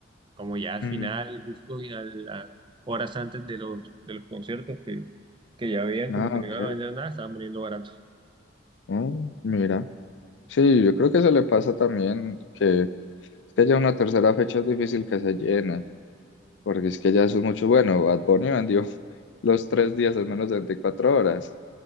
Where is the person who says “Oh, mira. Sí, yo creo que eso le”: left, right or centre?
Left